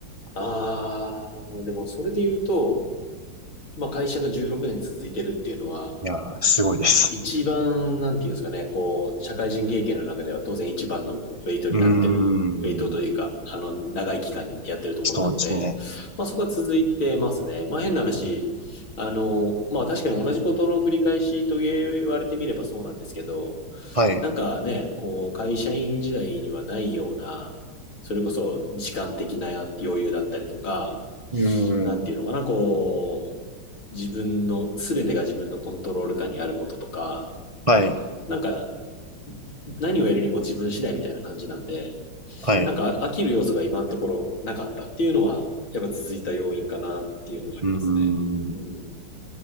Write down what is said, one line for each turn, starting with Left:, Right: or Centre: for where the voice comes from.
Left: ああ、でもそれで言うと、まあ会社が16年続いてるっていうのは、
Right: いやー、すごいです。
Left: 一番、なんていうんですかね、こう、社会人経験の中では当然一番のウェイトになってる、
Right: うーん。
Left: ウェイトというか、あの、長い期間やってるところなので、
Right: そうですね。
Left: まあそこは続いてますね。まあ変な話、
Right: うん
Left: あの、まあ確かに同じことの繰り返しと言われてみればそうなんですけど、
Right: はい。
Left: なんかね、こう、会社員時代にはないような、それこそ時間的な余裕だったりとか、
Right: うー
Left: なんていうのかな、
Right: ん。
Left: こう、自分の、すべてが自分のコントロール下にあることとか、
Right: はい。
Left: なんか、何をやるにも自分次第みたいな感じなんで、
Right: はい。
Left: なんか飽きる要素が今のところなかったっていうのは、やっぱ続いた要因かなっていうのがありますね。
Right: うーん。
Left: うん。